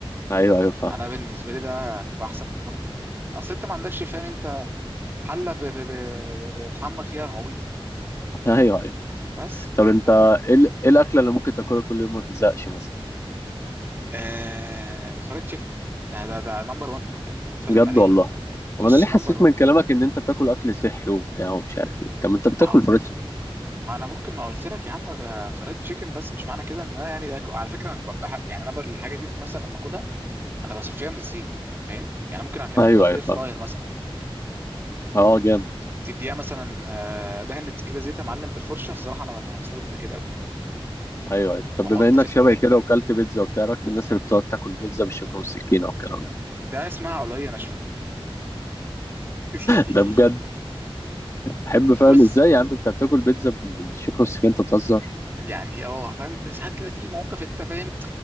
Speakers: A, on the left; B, on the right.
A: ايوه ايوه فاهم
B: انا بالنسبه لي ده بتبقى احسن من حتى من من اصل انت ما عندكش فاهم انت حله ب- ب- ب- ب- بتحمر فيها غويطه
A: <laughs> ايوه ايوه
B: بس
A: طب انت
B: ف
A: ايه ال- إيه الاكله اللي ممكن تاكلها كل يوم وما تزهقش مثلا
B: آه... الفرايد تشيكن ده ده ده نمبر 1 الفراخ
A: بجد
B: المقليه
A: والله
B: بص
A: طب انا ليه حسيت
B: نمبر 1
A: من كلامك ان انت بتاكل اكل صحي وبتاع ومش عارف ايه طب ما انت بتاكل
B: ما هو
A: فرايد تشيكن
B: ما انا ممكن ما قلت لك يا عم ب- فرايد تشيكن بس مش معنى كده ان ده يعني ده على فكره انا بحب يعني انا ب- الحاجه دي مثلا لما اكلها انا بصفيها من الزيت فاهم يعني ممكن كان
A: ايوه
B: احطها في
A: ايوه
B: الاير
A: فاهم
B: فراير مثلا
A: اه جامد
B: تديها مثلا آه، دهنة كده زيت يا معلم بالفرشه الصراحه انا ب- بستخدم ده كده قوي
A: ايوه ايوه
B: واحط
A: طب بما انك
B: في ال...
A: شبه كده وكلت بيتزا وبتاع رأيك في الناس اللي بتقعد تاكل بيتزا بالشوكه والسكينه والكلام ده
B: ده اسمها علويه ناشفه <laughs>
A: ده بجد احب فاهم
B: بص
A: ازاي يا عم انت بتاكل بيتزا بال- بالشوكه والسكينه انت بتهزر
B: يعني اه فاهم انت ساعات كده في مواقف انت فاهم